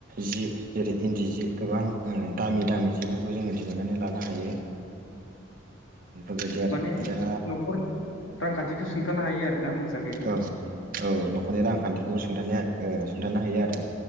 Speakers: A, on the right (about 40°); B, on the left (about 70°).
A: जि जेरै इन्दि सि गोबां ओ दामि दामि सिफोरखौ जोङो दिहुनन्नानै लानो हायो बेफोरबायदि आरोखि
B: माने
A: दा
B: न'खर रांखान्थिखो सुंथानो हायो आरोना मोजाङैनो
A: औ औ न'खरनि रांखान्थिखौबो सुंथानाया ओ सुंथानो हायो आरो